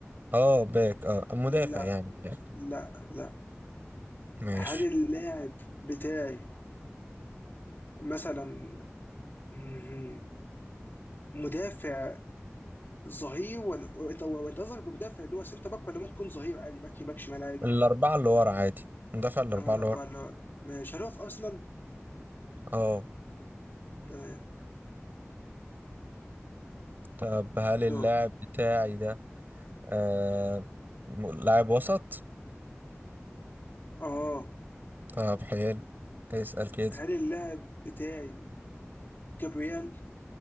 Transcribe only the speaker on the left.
لا
لا لا
هل اللاعب بتاعي مثلا <laughs> مدافع ظهير ولا وانت وأنت قصدك بمدافع اللي هو سنتر باك ولا ممكن ظهير عادي باك يمين، باك شمال عادي
اه
لا بقى
لا ماشي هل هو في ارسنال؟
تمام
دورك
اه
هل اللاعب بتاعي جابرييل؟